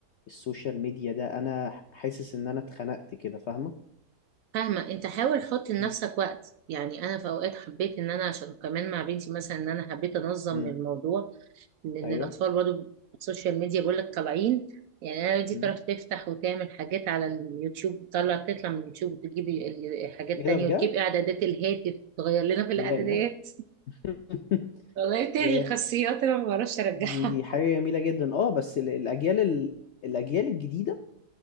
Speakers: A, on the left; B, on the right.
A: السوشيال ميديا ده انا حاسس ان انا اتخنقت كده فاهمة
B: فاهمة انت حاول حط لنفسك
A: امم
B: وقت يعني انا في اوقات حبيت ان انا عشان كمان مع بنتي مثلا ان انا حبيت انظم
A: امم
B: الموضوع لان
A: ايوه
B: الاطفال برضو السوشيال ميديا بيقول لك طالعين يعني انا دي
A: مم.
B: تعرف تفتح وتعمل حاجات على اليوتيوب تطلع تطلع من اليوتيوب وتجيب ال- حاجات
A: ايه
B: تانية
A: ده بجد
B: وتجيب اعدادات الهاتف تغير لنا في الاعدادات
A: ياه
B: <laughs>
A: <laughs>
B: والله تلغي
A: ياه
B: خاصيات انا ما بعرفش ارجعها
A: دي دي حاجة جميلة جدا اه بس ال- الأجيال ال- الأجيال الجديدة